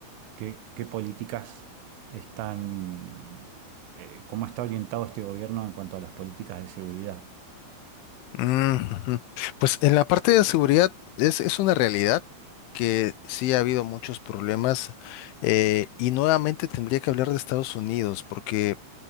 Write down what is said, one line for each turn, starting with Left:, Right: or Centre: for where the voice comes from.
Right: ¿qué, qué políticas están, eh, cómo está orientado este gobierno en cuanto a las políticas de seguridad?
Left: Mm, ujú. pues en la parte de seguridad es, es una realidad que sí ha habido muchos problemas eh, y nuevamente tendría que hablar de Estados Unidos porque